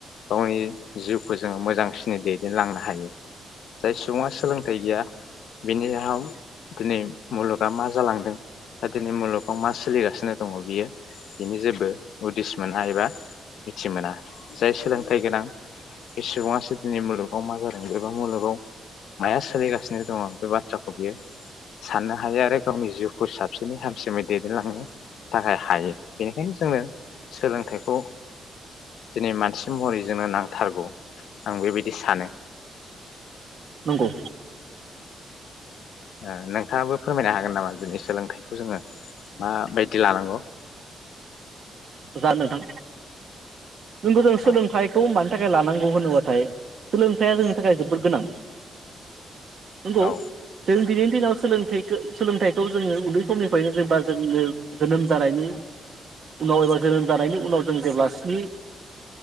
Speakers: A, on the left; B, on the right.
A: गावनि जिउखौ जोङो मोजांसिनै दैदेनलांनो हायो जाय सुबुङा सोलोंथाइ गैया बिनि आव दिनै मुलुगा मा जालांदों दा दिनै मुलुगाव मा सोलिगासिनो दङ बियो बिनि जेबो उदिस मोना एबा मिथि मोना जाय सोलोंथाइ गोनां बे सुबुङासो दिनै मुलुगाव मा जादों एबा मुलुगाव माया सोलिगासिनो दङ बे बाथ्राखौ बियो साननो हायो आरो गावनि जिउखौ साबसिनै हामसिनै दैदेनलांनो थाखाय हायो बेनिखायनो जोंनो सोलोंथाइखौ दिनै मानसि महरै जोंनो नांथारगौ आं बेबायदि सानो।
B: नंगौ
A: ओ नोंथाङाबो फोरमायनो हागोन नामा जोंनि सोलोंथाइखौ जोङो माबायदि लानांगौ?
B: जार नोंथां। नोंगौ जों सोलोंथाइखौ
A: औ
B: मानि थाख जे लानांगौ होनोबाथाय सोलोंथाइया जोंनि थाखाय जोबोद गोनां। नोंगौ
A: औ
B: जों दिनैनि दिनाव सोलोंथाइखो-सोलोंथाइखौ जोङो उन्दै समनिफ्रायनो जेनेबा जोङो जोनोम जानायनि उनाव एबा जोनोम जानायनि उनाव जों जेब्ला स्नि